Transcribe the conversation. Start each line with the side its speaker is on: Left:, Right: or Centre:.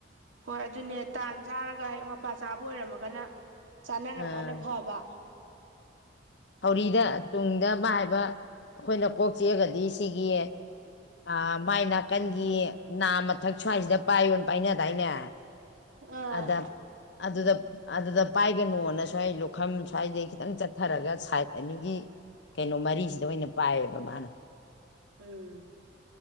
Right: ꯍꯣꯏ ꯑꯗꯨꯅꯦ ꯇꯥꯟ ꯆꯥꯔꯒ ꯍꯦꯛ ꯃꯄꯥ ꯆꯥꯕ ꯑꯣꯏꯔꯝꯃꯒꯅ ꯆꯥꯅꯔꯝꯃꯅ
Left: ꯑꯥ
Right: ꯐꯕ
Left: ꯊꯥꯎꯔꯤꯗ ꯇꯨꯡꯗ ꯃꯥ ꯍꯥꯏꯕ ꯑꯈꯣꯏꯅ ꯀꯣꯛ ꯆꯤꯛꯑꯒꯗꯤ ꯁꯤꯒꯤ ꯑ ꯃꯥꯏ ꯅꯥꯀꯟꯒꯤ ꯅꯥ ꯃꯊꯛ ꯁ꯭ꯋꯥꯏꯁꯤꯗ ꯄꯥꯏꯌꯣꯟ ꯄꯥꯏꯅꯗꯥꯏꯅꯦ
Right: ꯑꯥ
Left: ꯑꯗ ꯑꯗꯨꯗ ꯑꯗꯨꯗ ꯄꯥꯏꯒꯅꯨꯅ ꯁ꯭ꯋꯥꯏ ꯂꯨꯈꯝ ꯁ꯭ꯋꯥꯏꯗꯩ ꯈꯤꯇꯪ ꯆꯠꯊꯔꯒ ꯁꯥꯏꯠ ꯑꯅꯤꯒꯤ ꯀꯩꯅꯣ ꯃꯔꯤꯁꯤꯗ ꯑꯣꯏꯅ ꯄꯥꯏꯌꯦꯕ ꯃꯥꯅ
Right: ꯎꯝ